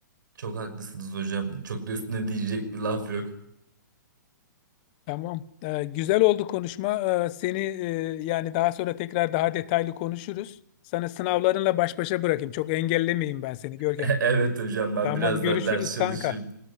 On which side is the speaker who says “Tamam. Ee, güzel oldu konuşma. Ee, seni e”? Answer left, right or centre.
Left